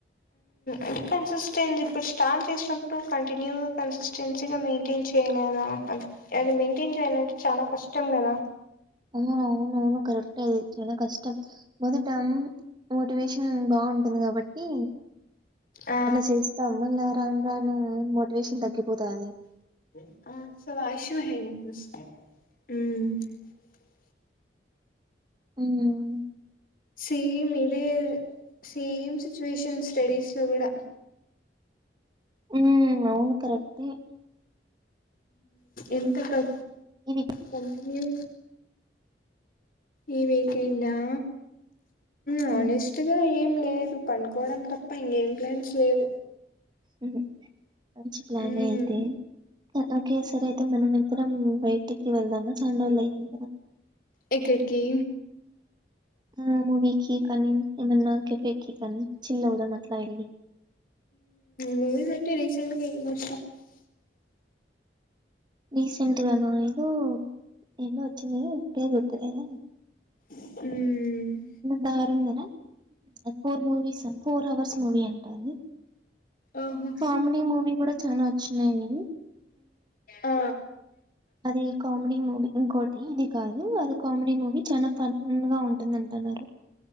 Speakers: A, on the left; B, on the right.
A: అది కన్సిస్టెన్సీ ఇప్పుడు స్టార్ట్ చేసినప్పుడు కంటిన్యూగా కన్సిస్టెన్సీగా మెయింటైన్ చేయలేదా అ అది మెయింటైన్ చేయాలంటే చాలా కష్టం కదా
B: అవును అవును కరెక్ చాలా కష్టం మొదట మోటివేషన్ బాగుంటుంది కాబట్టి
A: ఆ
B: అలా చేస్తాం ను రాను మోటివేషన్ తగ్గిపోతాంది
A: <unintelligible>
B: మ్మ్
A: సేమ్ ఇదే సేమ్ <unintelligible> <unintelligible> స్టడీస్ లో కూడా
B: ఉ అవును కరెక్ ఏ
A: ఎంత క
B: ఇది
A: కంటిన్యూ ఈ వీక్ ఎండ్ ఆ హానెస్ట్
B: హ్మ్
A: గా ఏం లేదు పనుకోవడం తప్ప ఇంకేం ప్లాన్స్ లేవు
B: మ్మ్ మంచి ప్లాన్
A: మ్మ్
B: అయితే ఓకే సార్ అయితే మనం ఎంత బయటికి వెళ్దామ చండలైని
A: ఎక్కడికి
B: ఆ మువీకి కనీ ఏమన్నా <unintelligible> కనీ చిల్ అవుదాం అట్లా వెళ్ళి
A: మూవీస్ అంటే రీసెంట్ మ
B: రీసెంట్ గాన ఏదో ఎన్న వచ్చంది పేరు గుర్తులేద
A: మ్మ్
B: ధరుంధర్ ఫోర్ మూవీస్ అం ఫోర్ అవర్స్ మూవీ అంటా ఆది
A: ఓహో
B: కామెడీ మూవీ కూడా చాల వచ్చన్నాయి
A: ఆ
B: అది కామెడి మూవీ ఇంకోటి ఇది కాదు అది కామెడీ మూవీ చాల ఫన్ గా ఉంటుంది అంటున్నారు